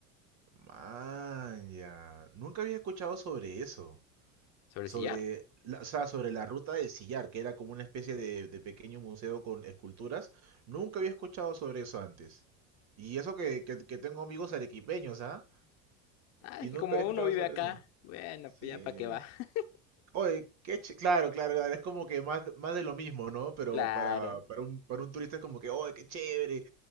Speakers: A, on the right; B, on the left.
A: Man, ya. Nunca había escuchado sobre eso.
B: sobre
A: Sobre
B: el sillar.
A: la, o sea, sobre la ruta del sillar, que era como una especie de, de pequeño museo con esculturas. Nunca había escuchado sobre eso antes. Y eso que, que, que tengo amigos arequipeños, ¿ah?
B: Ah,
A: Y
B: es
A: nunca
B: que como
A: había escuchado
B: uno vive
A: sobre
B: acá,
A: eso.
B: bueno,
A: Sí.
B: pues ya para qué va. <laughs>
A: Oye, qué ch- claro, claro, claro, es como que más, más de lo mismo, ¿no? Pero
B: Claro,
A: para, para un, para un turista es como que, oye, qué chévere,